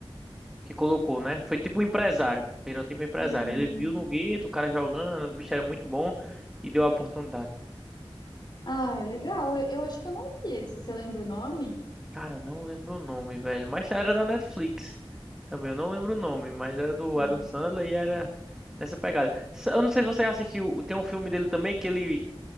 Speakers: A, in the centre; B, on the left.
A: que colocou, né? Foi tipo um empresário. Ele é tipo um empresário.
B: Hum.
A: Ele viu no gueto o cara jogando, o bicho era muito bom e deu a oportunidade.
B: Ah, é legal. Eu, eu acho que eu não vi esse. Você lembra o nome?
A: Cara, não lembro o nome, velho. Mas era da Netflix. Também eu não lembro o nome, mas era do
B: Tá.
A: Adam Sandler e era nessa pegada. S- Eu não sei se você já assistiu, tem um filme dele também que ele